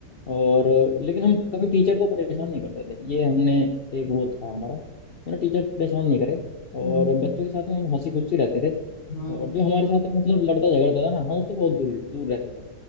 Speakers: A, on the left (about 60°); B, on the left (about 85°).
A: और लेकिन हम कभी टीचर को परेशान
B: हम्म,
A: नहीं करते थे ये हमने एक वो था हमारा मैंने टीचर परेशान नहीं करे और
B: हम्म,
A: बच्चों के साथ में हम हंसी खुशी रहते थे
B: हम्म,
A: और जो हमारे साथ में मतलब लड़ता झगड़ता था ना हम उससे बहुत दूर दूर रहते थे